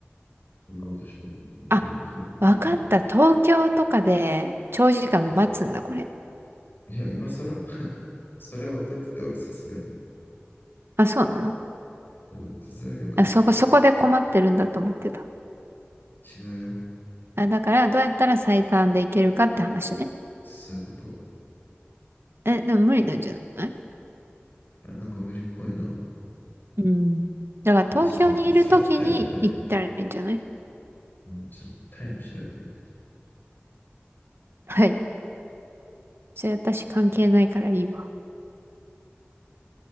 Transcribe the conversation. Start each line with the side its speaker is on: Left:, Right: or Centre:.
Left: そういうことでしょう。
Right: あ、
Left: これもそういうことだよね。
Right: わかった。東京とかで長時間待つんだ、
Left: うん。
Right: これ。
Left: いや、今更 <laughs> それは分かってたよ、俺、さすがに。
Right: あ、そうなの
Left: うん、さすがに分かってたよ。
Right: あ、そこ、そこで困ってるんだと思ってた。
Left: 違うよ。
Right: あ、だからどうやったら最短で行けるかって話ね。
Left: そういうこと。
Right: え、でも無理なんじゃない
Left: いや、なんか無理っぽいな。
Right: うん。だから東京にいる時に行ったらいいんじゃない
Left: え、ちょっと待って、タイ、タイはタイ。うん、ちょっと待ってタイも調べてみたい。
Right: はい。それ私関係ないからいいわ。